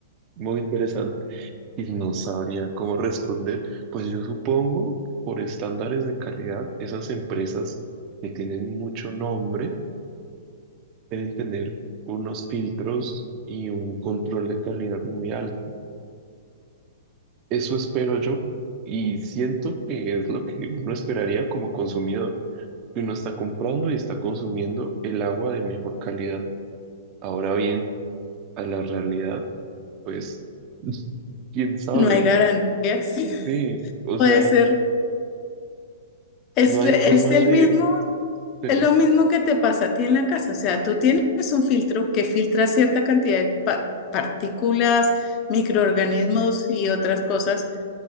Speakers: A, on the right; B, on the left.
A: muy interesante y no sabría cómo responder. Pues yo supongo, por estándares de calidad, esas empresas que tienen mucho nombre, deben tener unos filtros y un control de calidad muy alto. Eso espero yo y siento que es lo que uno esperaría como consumidor, que uno está comprando y está consumiendo el agua de mejor calidad. Ahora bien, a la realidad, pues, <laughs> quién sabe,
B: No hay garantías. <laughs>
A: sí, o
B: Puede
A: sea,
B: ser. ¿Es,
A: no hay
B: es
A: forma
B: el
A: de,
B: mismo
A: de-
B: Es lo mismo que te pasa a ti en la casa, o sea, tú tienes un filtro que filtra cierta cantidad de pa- partículas, microorganismos y otras cosas,